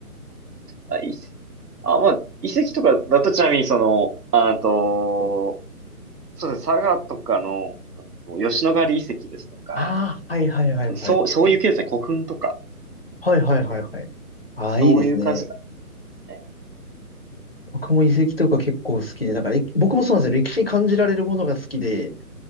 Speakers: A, on the right; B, on the left.
A: あ、いしあ、まあ、遺跡とかだとちなみにその、あと、そうですね、佐賀とかの、うんと吉野ヶ里遺跡ですとか、
B: ああ、はいはいはいはい。
A: そう、そういう系ですね、古墳とか、
B: はいはいはいはい。ああ、
A: そういう感じですか
B: いいですね。
A: ね。
B: 僕も遺跡とか結構好きで、だからえ僕もそうなんですよ。歴史に感じられるものが好きで、